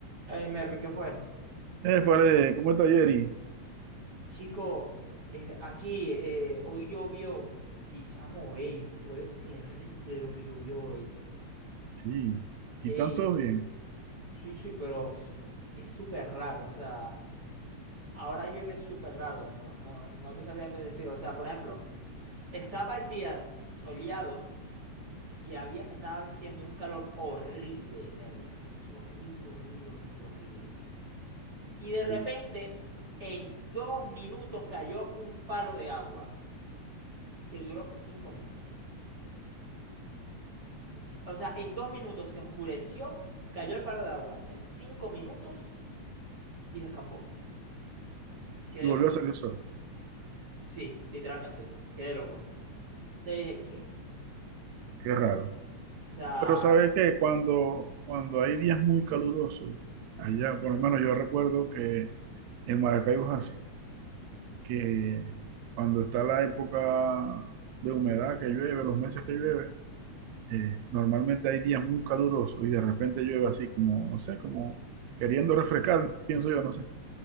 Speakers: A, on the right; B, on the right.
A: Hey Mervin, ¿qué fue?
B: Eh, vale, ¿cómo está Jerry?
A: Chico, eh, aquí eh, hoy llovió y chamo, ey, fue terrible lo que llovió hoy.
B: Sí,
A: Ey,
B: y están todos bien.
A: sí, sí, pero pff, es súper raro, o sea, ahora llueve súper raro, no, no, no te sabría decir, o sea, por ejemplo, estaba el día soleado y había, estaba haciendo un calor horrible, Mervin, pero es que horrible, horrible, horrible, horrible. Y de repente,
B: Útale.
A: en dos minutos cayó un palo de agua. que duró cinco minutos. Y- O sea, en dos minutos se oscureció, cayó el palo de agua en cinco minutos y se escampó. Quedé
B: Y volvió
A: loco.
B: a salir el sol,
A: Sí, literalmente, quedé loco. te dije, ¿qué?
B: qué raro.
A: O sea,
B: Pero ¿sabe qué? Cuando, cuando hay días muy calurosos,
A: ujú,
B: allá, por lo menos yo recuerdo que en Maracaibo es así, que cuando está la época de humedad que llueve, los meses que llueve, eh, normalmente hay días muy calurosos y de repente llueve así como, no sé, como queriendo refrescar, pienso yo, no sé.